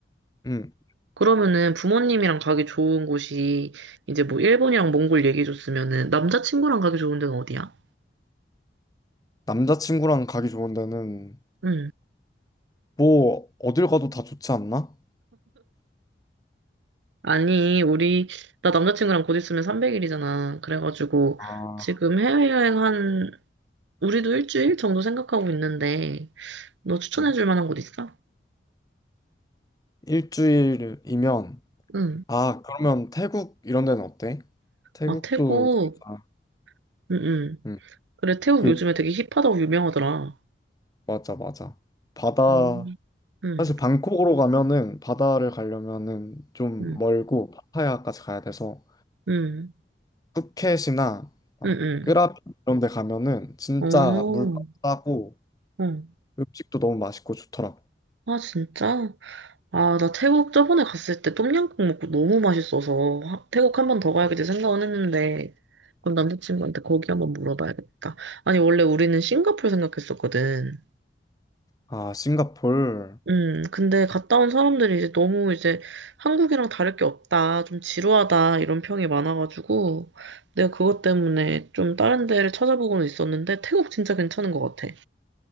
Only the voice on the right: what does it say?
그러면은 부모님이랑 가기 좋은 곳이 이제 뭐 일본이랑 몽골 얘기해줬으면은 남자친구랑 가기 좋은 데는 어디야?
응.
아니, 우리, 나 남자친구랑 곧 있으면 300일이잖아. 그래가지고,
지금 해외여행 한, 우리도 일주일 정도 생각하고 있는데, 너 추천해줄
만한 곳 있어?
응.
아, 태국.
응, 응.
그래, 태국
요즘에 되게 힙하다고 유명하더라.
음. 응,
응,
응,
응, 응.
어,
어.
아, 진짜? 아, 나 태국 저번에 갔을 때 똠양꿍 먹고 너무 맛있어서 하- 태국 한 번 더 가야겠다 생각은 했는데 그럼 남자친구한테 거기 한번 물어봐야겠다. 아니, 원래 우리는 싱가포르 생각했었거든.
음, 근데 갔다 온 사람들이 이제 너무 이제 한국이랑 다를 게 없다, 좀 지루하다 이런 평이 많아가지고 내가 그것 때문에 좀 다른 데를 찾아보고는 있었는데 태국 진짜 괜찮은 것 같아.